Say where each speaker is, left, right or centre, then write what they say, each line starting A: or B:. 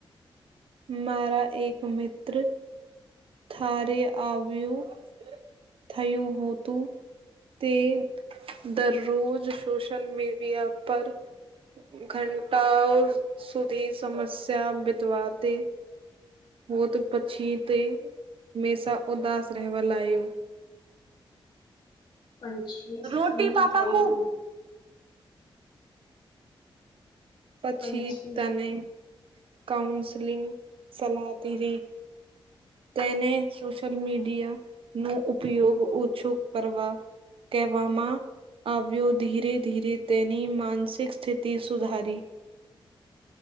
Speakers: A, on the right; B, on the left.
A: મારા એક મિત્ર થારે આવ્યું થયું હોતું. તે દરરોજ સોશલ મીડિયા પર ઘંટાઓ સુધી સમસ્યા બીતવા તે હોત પછી તે મે સા ઉદસ રહેવા લાયો.
B: પંછી
A: રોટી
B: સુન
A: પાપા
B: થયું?
A: કો પછી
B: પંછી
A: તને કાઉન્સલિંગ સલાહ દીધી. તેને સોશલ મીડિયા નો ઉપયોગ ઓછો કરવા કહેવામાં આવ્યો ધીરે ધીરે તેની માનસિક સ્થિતિ સુધારી.